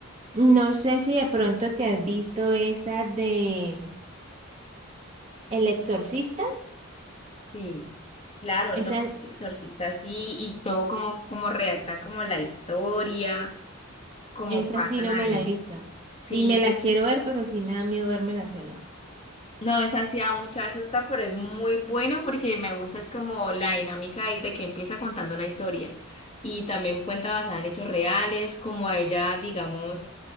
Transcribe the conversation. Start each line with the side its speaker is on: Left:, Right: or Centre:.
Right: No sé si de pronto te has visto esa de El Exorcista.
Left: Sí. Claro,
Right: Esa,
Left: no, Exorcista sí, y todo como, como redactan como la historia, como
Right: esa
Left: pasan
Right: sí no
Left: ahí.
Right: me la he visto.
Left: Sí,
Right: Y me la quiero ver, pero sí me da miedo vérmela sola.
Left: No, esa sí da mucha susta, pero es muy buena porque me gusta es como la dinámica de, de que empieza contando una historia y también cuenta basada en hechos reales, como a ella, digamos,